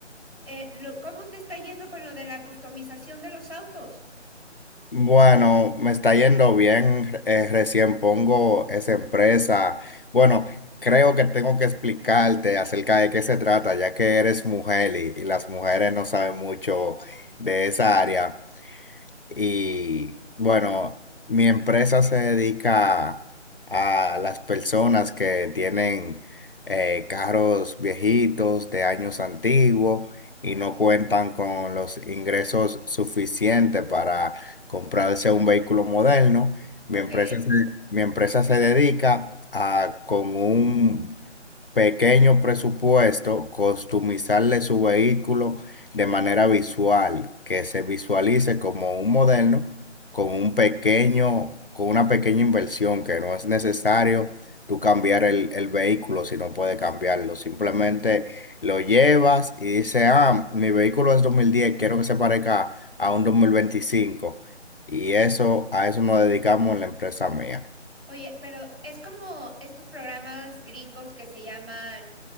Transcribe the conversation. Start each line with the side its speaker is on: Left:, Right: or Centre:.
Right: eh, lo, ¿cómo te está yendo con lo de la customización de los autos?
Left: Bueno, me está yendo bien. eh, recién pongo esa empresa. Bueno, creo que tengo que explicarte acerca de qué se trata, ya que eres mujer y, y las mujeres no saben mucho de esa área. Y bueno, mi empresa se dedica a las personas que tienen eh, carros viejitos de años antiguos y no cuentan con los ingresos suficientes para comprarse un vehículo moderno. Mi
Right: Ok.
Left: empresa se, mi empresa se dedica a con un pequeño presupuesto, customizarle su vehículo de manera visual, que se visualice como un moderno con un pequeño, con una pequeña inversión, que no es necesario tú cambiar el, el vehículo si no puedes cambiarlo. Simplemente lo llevas y dices, ah, mi vehículo es dos mil diez quiero que se parezca a un dos mil veinticinco Y eso, a eso nos dedicamos en la empresa mía.
Right: Oye, pero es como estos programas gringos que se llaman